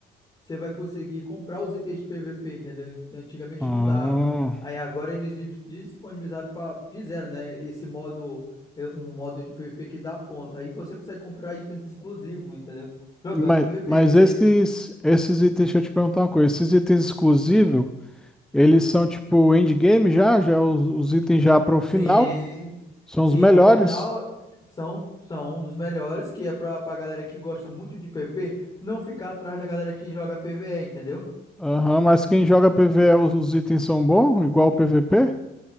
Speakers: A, on the left; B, in the centre.
A: você vai conseguir comprar os itens de PVP, entendeu? Antigamente
B: Ah,
A: não dava. Aí agora eles dis- disponibilizaram para fizeram, né, esse modo eh, um modo de PVP que dá ponto. Aí você consegue comprar itens exclusivos, entendeu? Jogando
B: mas,
A: PVP.
B: mas
A: Isso
B: esses,
A: aí.
B: esses itens, deixa eu te perguntar uma coisa. Esses itens exclusivos, eles são tipo endgame já? Já é os, os itens já para o final?
A: Sim.
B: São
A: Sim,
B: os melhores?
A: por final são são um dos melhores que é para para galera que gosta muito de PVP não ficar atrás da galera que joga PvE, entendeu?
B: Aham, mas quem joga PvE, os, os itens são bons? Igual o PVP?